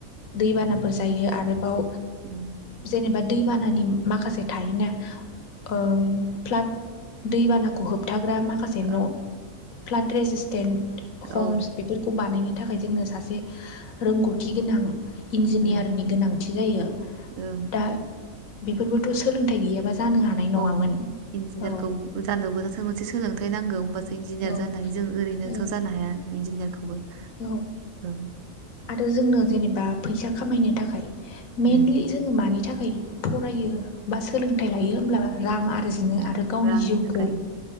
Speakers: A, on the left; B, on the right.
A: दैबानाफोर जायो आरोबाव
B: उम
A: जेनेबा दैबानानि माखासे थायोना ओं फ्लाद दैबानाखौ होबथाग्रा माखासे
B: ओं
A: न' फ्लाद रेजिस टेन्ट
B: औ
A: हम्स बेफोरखौ बानायनो थाखाय जोंनो सासे रोंगौथि
B: उम
A: गोनां इन्जिनियारनि
B: उम
A: गोनांथि जायो
B: ओं
A: दा बेफोरबोथ' सोलोंथाइ गैयाबा जानो हानाय नङामोन
B: अ इन्जिनियारखौ
A: औ
B: जानोबो मोनसे सोलोंथाइ नांगौ होमबासो इन्जिनियार
A: औ
B: जानाय जों ओरैनोथ'
A: औ
B: जानो हाया इन्जिनियारखौबो
A: औ
B: ओं
A: आरो जोंनो जेनेबा फैसा खामायनो थाखाय मेनलि
B: उम
A: जोङो मानि थाखाय फरायो बा सोलोंथाइ लायो होमब्ला रां आरजिनो
B: उम
A: आरो गावनि
B: रांनि
A: जिउखौ
B: थाखाय